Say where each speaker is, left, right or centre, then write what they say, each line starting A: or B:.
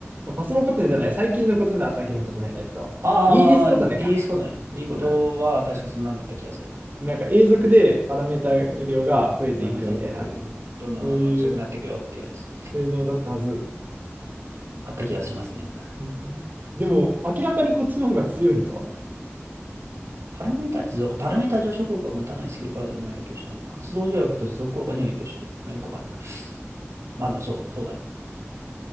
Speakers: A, on the right; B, on the right.
A: パスモコトネじゃない。
B: どんなんだっけ
A: 最近のことなら最近のことね。えっと、
B: あー、
A: リーディスコトネか。
B: リリースことね。リことは、
A: うん。
B: 確かそんなんだった気がする。
A: なんか永続でパラメータ量が増えていくみたいな、
B: そうそうそう。パラメータ増えていく。どんどんどんどん強くなっていくよってやつ。
A: そういう性能だったはず。
B: あった気がしますね。
A: うん、でも、明らかにこっちの方が強いのとは。
B: パラメータ持続、パラメータ上昇効果を持たないスキルカードには影響しない。発動条約と持続効果には影響しない。まあよくわかんない。まあでもそう、そうだね。